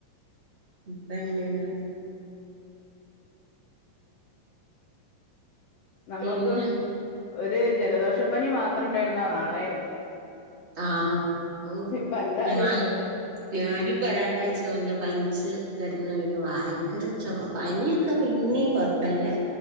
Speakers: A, on the right; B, on the left.
A: നിപ്പണ്ട്ന്ന്
B: നമ്മക്ക്
A: പിന്നെ
B: ഒരു ജലദോഷപ്പനി മാത്രം ഇണ്ടായിരുന്ന നാടായിരുന്നു
A: ആഹ് ഓ
B: ഇപ്പ എല്ലാരും
A: ഞാൻ
B: ഉണ്ട്
A: ഞാനും രണ്ടാഴ്ച മുന്നെ പനിച്ച് കെടന്നിരുന്നു ഭയങ്കര ചൊമ പനിയൊക്കെ പിന്നെയും കൊഴപ്പല്ലേ